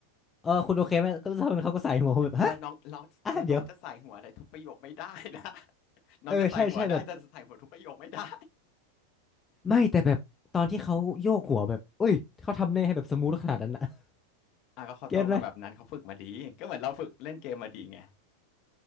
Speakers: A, on the left; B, on the left.
A: เออคุณโอเคไหมก็เท่านั้นเขาก็ใส่หัวผมแบบฮะ
B: แล้วน้องน้องแล้วน้องจะใส่หัวอะไรทุกประโยคไม่ได้นะ
A: อ่ะเดี๋ยว
B: <laughs> น้องจะใส่หัวได้แต่จะใส่หัวทุกประโยคไม่ได้
A: เออใช่ใช่แบบไม่แต่แบบตอนที่เขาโยกหัวแบบอุ้ยเขาทำได้ให้แบบสมูทขนาดนั้นนะ
B: <laughs> อ่ะก็เขาโตมาแบบนั้นเขาฝึกมาดีก็เหมือนเราฝึกเล่นเกมมาดีไง
A: <laughs> เก็ตไหม